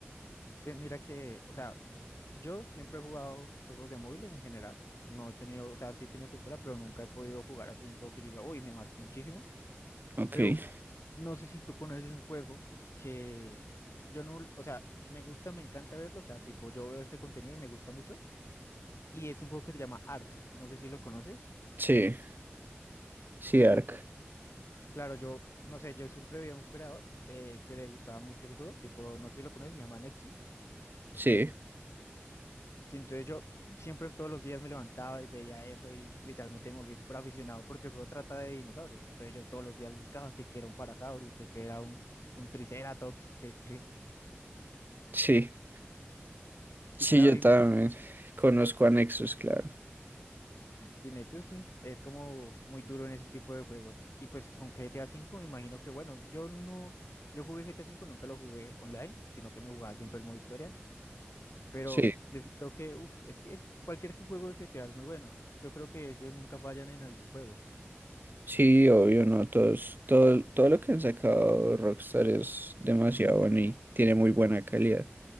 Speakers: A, on the left (about 85°); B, on the right (about 50°).
A: Que mira que, o sea, yo siempre he jugado juegos de móviles en general. No he tenido, o sea, sí he tenido consola, pero nunca he podido jugar así un juego que yo diga, uy, me marcó muchísimo.
B: Ok,
A: Pero no sé si tú conoces un juego que yo no, o sea, me gusta, me encanta verlo. O sea, tipo, yo veo ese contenido y me gusta mucho. Y es un juego que se llama Ark. No sé si lo conoces.
B: sí, sí,
A: Sí,
B: Ark,
A: Claro, yo, no sé, yo siempre veía un creador de, que le gustaba mucho ese juego, tipo, no sé si lo conoces, se llama Nexus.
B: sí,
A: Sí, entonces yo siempre todos los días me levantaba y veía eso y literalmente me volví súper aficionado porque el juego trata de dinosaurios. Entonces yo todos los días buscaba que, que era un parasaurio, que, que era un, un triceratops, que, que...
B: sí, sí,
A: Y claro,
B: yo
A: y
B: también
A: me imagino,
B: conozco a Nexus, claro,
A: que Nexus mm, es como muy duro en ese tipo de juegos. Y pues con GTA V me imagino que, bueno, yo no, yo jugué GTA V, nunca lo jugué online, sino que me jugaba siempre el modo historia. Pero
B: sí.
A: yo creo que, uff, es que es- cualquier juego de GTA es muy bueno, ¿no? Yo creo que ellos nunca fallan en algún juego.
B: Sí, obvio, no, todos, todo, todo lo que han sacado Rockstar es demasiado bueno y tiene muy buena calidad.